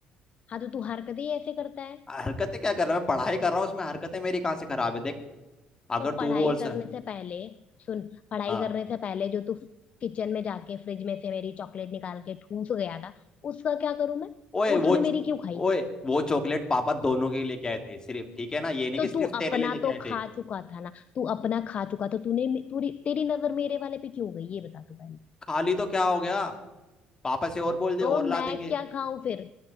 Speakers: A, on the left; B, on the left.
A: हाँ तो तू हरकत ही ऐसे करता है
B: हरकतें क्या कर रहा है मैं पढ़ाई कर रहा हूँ उसमें हरकतें मेरी कहाँ से खराब है देख अगर
A: तो
B: तू
A: पढ़ाई
B: बोल सर
A: करने से पहले सुन पढ़ाई
B: हाँ
A: करने से पहले जो तू किचन में जाके फ्रिज में से मेरी चॉकलेट निकाल के ठूस गया था उसका क्या करूं मैं
B: ओए
A: वो
B: वो
A: तूने
B: च-
A: मेरी क्यों खाई
B: ओए
A: थी
B: वो चॉकलेट पापा दोनों के लिए लेके आए थे सिर्फ ठीक है ना ये नहीं
A: तो
B: कि सिर्फ
A: तू
B: तेरे
A: अपना
B: लिए लेके
A: तो
B: आए
A: खा
B: थे
A: चुका था ना तू अपना खा चुका तो तूने मे- तूरी तेरी नजर मेरे वाले पे क्यों गई ये बता तू पहले
B: खाली तो क्या हो गया पापा से और बोल दे
A: तो
B: और ला
A: मैं
B: देंगे
A: क्या खाऊं फिर